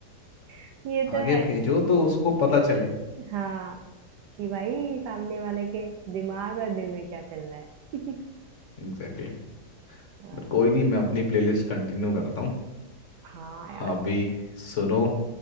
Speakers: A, on the right; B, on the left.
A: <laughs> ये तो
B: आगे
A: है
B: भेजो तो उसको पता चले
A: हाँ कि भाई सामने वाले के दिमाग और दिल में क्या चल रहा है <laughs>
B: Exactly exactly.
A: हाँ
B: बट कोई नहीं मैं अपनी प्लेलिस्ट कंटिन्यू करता हूँ
A: हाँ यार
B: आप भी सुनो